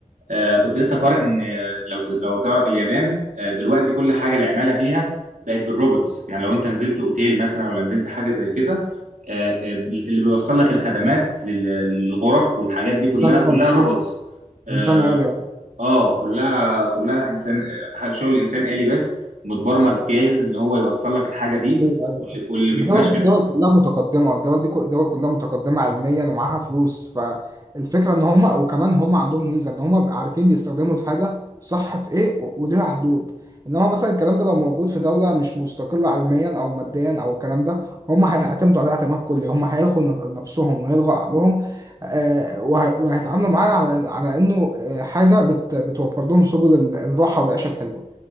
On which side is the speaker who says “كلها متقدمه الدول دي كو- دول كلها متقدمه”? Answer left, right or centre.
Right